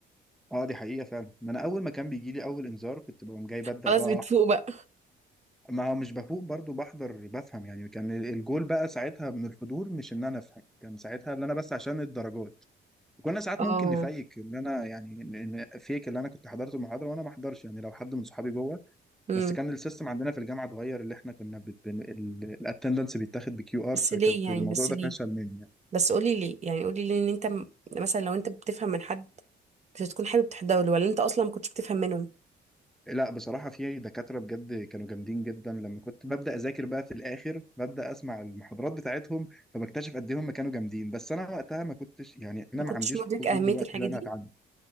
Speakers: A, in the centre; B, on the right.
A: اه دي حقيقه فعلا ما انا اول ما كان بيجي لي اول انذار كنت بقوم جاي ببدا
B: خلاص
A: بقى
B: بتفوق بقى
A: ما هو مش بفوق برضو بحضر بفهم يعني كان الجول بقى ساعتها من الحضور مش ان انا افهم كان ساعتها ان انا بس عشان الدرجات وكنا ساعات
B: اه
A: ممكن نفيك ان انا يعني إن- إن فيك اللي انا كنت حضرت المحاضره وانا ما احضرش يعني لو حد من صحابي جوه
B: امم
A: بس كان السيستم عندنا في الجامعه اتغير اللي احنا كنا الاتندنس بيتاخد بكيو ار
B: بس
A: فكانت
B: ليه يعني
A: الموضوع
B: بس
A: ده
B: ليه
A: فشل مني يعني.
B: بس قولي ليه يعني قولي ليه ان انت م- مثلا لو انت بتفهم من حد كنت تكون حابب تحضره له، ولا انت اصلا ما كنتش بتفهم منهم
A: لا بصراحة في دكاترة بجد كانوا جامدين جدا لما كنت ببدأ أذاكر بقى في الآخر ببدأ أسمع المحاضرات بتاعتهم فبكتشف قد إيه هم كانوا جامدين بس أنا وقتها ما كنتش يعني أنا
B: ما
A: ما
B: كنتش
A: عنديش
B: مدرك
A: فضول
B: اهميه
A: دلوقتي
B: الحاجه
A: إن أنا
B: دي
A: أتعلم